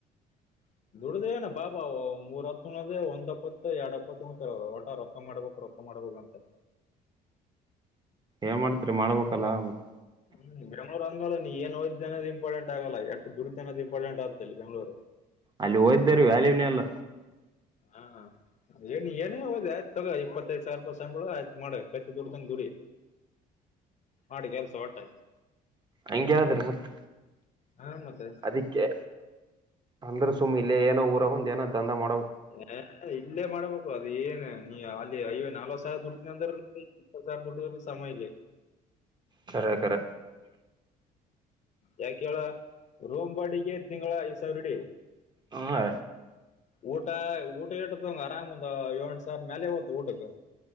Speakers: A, on the left; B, on the right.
A: <inaudible> ದುಡ್ದ ಏ ಬಾಬಾ ಮೂರ ಹತ್ ಹಣದ ಒಂದ್ಪ್ಪತ್ತು ಎರಡ್ ಹಪ್ಪತ್ತು ಉಣತ ಒಟ ರೊತ್ತ ಮಾಡ್ಬೇಕು ರೊಕ್ಕ ಮಾಡ್ಬಂತ
B: ಏನ್ ಮಾಡ್ತರಿ ಮಾಡ್ಬೇಕಲ್ಲ ಮತ್ತೆ
A: ಹ್ಮ್ ಬೆಂಗಳೂರು ಹಂಗೋ ನೀ ಏೋದ್ದೆ ಅನೋ ಇಂಪಾರೆಂಟ್ಗಲ್ಲ ಎಷ್ಟ ದುಡಿದು ಅನೋ ಇಂಪಾರ್ಟೆಂಟ್ ಆಗೆ ಇ ಬೆಂಗಳೂರು
B: ಅಲ್ಲಿ ಹೋದ್ದಾರ ವ್ಯಾಲ್ಯೂನಲ್ಲ
A: ಹಾ ಏನ್ ಏನೇ ಹೋದ್ರೆ ಆಯ್ತ ತಗೋ ಇಪ್ಪತ್ತೈದು ಸಾವಿರ ರೂಪಾಯಿ <unintelligible> ಕತ್ತಿ ದುಡ್ದಂಗ ದುಡಿ. ಮಾಡಿ ಕೆಲ್ಸ ವಟ್ಟ್.
B: ಹಂಗೆ ಅದರಿ ಮತ್ತ್
A: ಹಾ ಮತ್ತೆ
B: ಅದಿಕ್ಕೆ ಅಂದ್ರ ಸುಮ್ಮ್ ಇಲ್ಲೇ ಏನೋ ಊರಾಗ್ ಒಂದ್ ಏನೋ ದಂದ ಮಾಡ
A: <unintelligible> ಇಲ್ಲೇ ಮಾಡ್ಬೇಕು ಅದು ಏನ್ ನೀ ಅಲ್ಲಿ ಅಯ್ಯೋ ನಾಲ್ವತ್ತ್ ಸಾವರ ದುಡಿತಿನ್ ಅಂದ್ರುನು ಹತ್ತ್ ಸಾವರ್ <unintelligible> ಸಮ ಇಲ್ಲಿ.
B: ಕರೆ ಕರೆ.
A: ಯಾಕೇಳ ರೋಮ್ ಬಾಡಿಗೆ ತಿಂಗಳ ಐದ್ ಸಾವರ ಹಿಡಿ.
B: ಹ್ಮು
A: ಊಟ ಊಟ <unintelligible> ಆರಾಮ್ ಒಂದ್ ಏಳೋ, ಎಂಟ್ ಸಾವರ ಮ್ಯಾಲೆ ಹೋತ ಊಟಕ್ಕೆ.